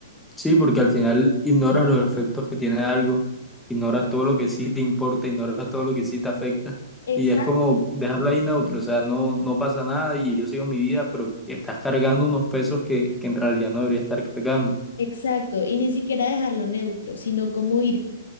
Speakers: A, in the centre; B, on the left.
A: Sí, porque al final ignoras los efectos que tiene algo, ignoras todo lo que sí te importa, ignoras todo lo que sí te afecta
B: Exacto.
A: y es como dejarlo ahí neutro, o sea, no, no pasa nada y yo sigo mi vida, pero estás cargando unos pesos que, que en realidad no debería estar cargando.
B: Exacto, y ni siquiera dejarlo neutro, sino como ir